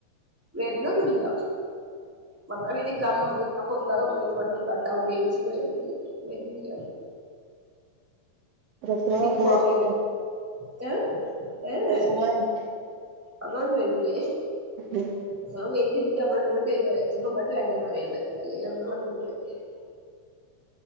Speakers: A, in the centre; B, on the right.
A: വെർനൊന്നുല്ല വന്നാ പിന്നെ ഇക്കാമ പു ഇക്കാമ പുത്ക്കാതെ വന്നാ പിന്നെ ഇവട്ന്ന് കട്ടാവും ചെയ്യച്ചിട്ട് വെർന്നില്ല വെർന്നില്ലാന്ന്
B: പ്രസവം
A: <unintelligible>
B: പോയിട്ട്
A: പോവാൻ കയ്യൂല ഏ ഏഏ
B: പ്രസവം
A: അങ്ങ <unintelligible> വെരൂല്ലേ
B: <inaudible>
A: സ വൽത് ഇപ്പ നമ്മടെ ഇങ്ങോട്ട് വെരോ ചെൽപ്പോ ഇങ്ങട്ട് വെർണന്ന് പറിണ്ട്. അല്ലേലും <unintelligible>